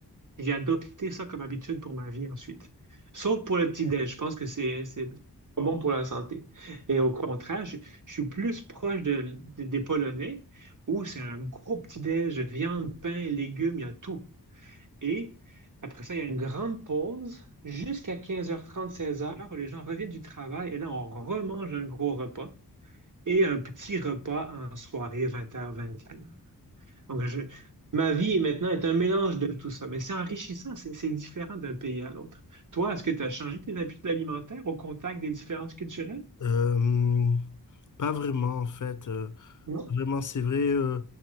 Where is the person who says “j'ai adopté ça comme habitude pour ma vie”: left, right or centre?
Right